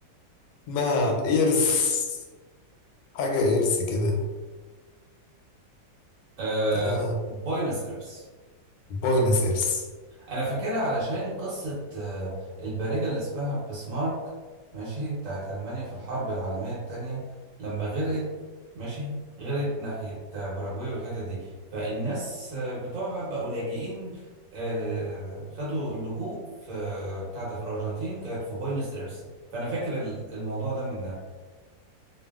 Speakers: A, on the left; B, on the right.
A: <laughs> اسمها ايرس حاجه ايرس كده
B: آه.
A: آه.
B: بوينس إيرس
A: بوينس ايرس
B: انا فاكرها علشان قصة آه، البارجة اللي اسمها بسمارك ماشي بتاعت ألمانيا في الحرب العالمية التانية لما غرقت ماشي غرقت ناحية آه، باراجواي والحتت دي فالناس آه، بتوعها بقوا لاجئين آه، خدوا اللجوء في آه، بتاع ده في الأرجنتين كانت في بوينس إيرس فأنا فاكر ال- الموضوع ده منها